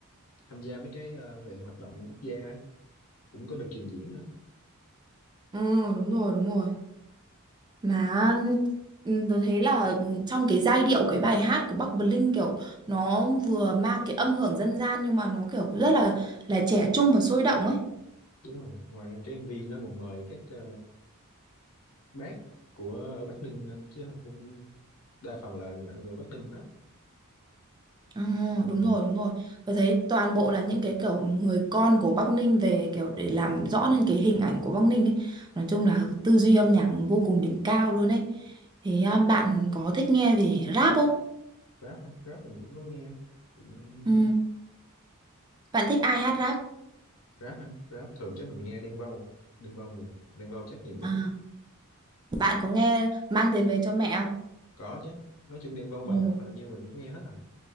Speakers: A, on the left; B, on the right.
A: tham gia mấy cái ờ, về hoạt động quốc gia á, cũng có được trình diễn nữa
B: Ừ đúng rồi đúng rồi mà Ừ, tôi thấy là trong cái giai điệu cái bài hát của Bắc Bling kiểu nó vừa mang cái âm hưởng dân gian nhưng mà nó kiểu rất là là trẻ trung và sôi động ấy.
A: đúng rồi ngoài ra cái MV nó còn mời các ờ, bác của ở Bắc Ninh nữa chứ cũng đa phần là ng- người Bắc Ninh hết
B: Ờ,
A: ừ,
B: đúng rồi, đúng rồi. Tôi thấy toàn bộ là những cái kiểu người con của Bắc Ninh về kiểu để làm rõ nên cái hình ảnh của Bắc Ninh ấy. Nói chung là tư duy âm nhạc vô cùng đỉnh cao luôn ấy. Thế à, bạn có thích nghe về rap không?
A: rap hả? rap mình cũng có nghe cũng
B: Ừ. Bạn thích ai hát rap?
A: rap hả rap thường chắc mình nghe Đen Vâu Đen Vâu nhiều Đen Vâu chắc nhiều nhất
B: À, bạn có nghe Mang tiền về cho mẹ không?
A: có chứ nói chung Đen Vâu bài
B: Ồ,
A: nào hầu như mình cũng nghe hết à